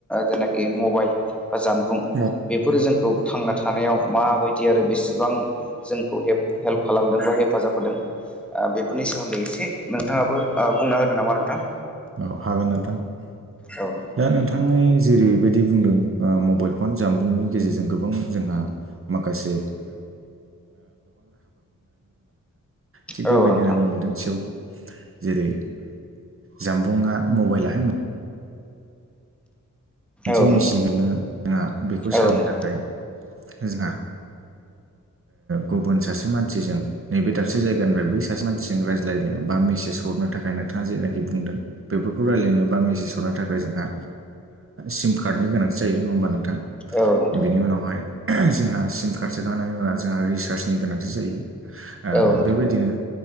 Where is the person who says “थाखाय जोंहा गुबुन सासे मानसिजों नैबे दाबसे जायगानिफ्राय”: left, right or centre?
Right